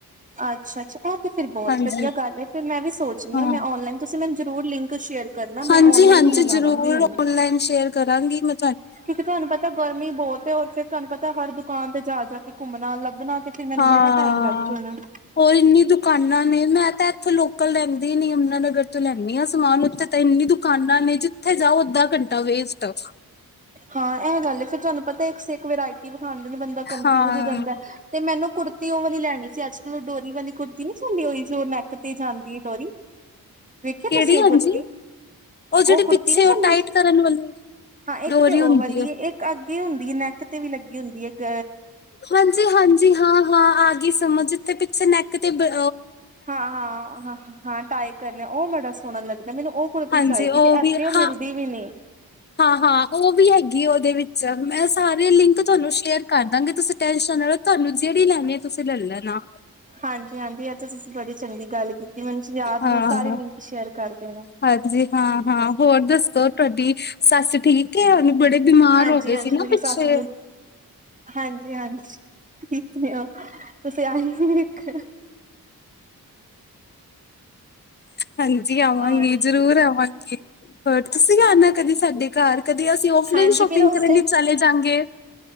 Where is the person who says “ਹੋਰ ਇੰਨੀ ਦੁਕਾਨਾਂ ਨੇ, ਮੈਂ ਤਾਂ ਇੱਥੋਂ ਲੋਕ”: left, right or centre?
Left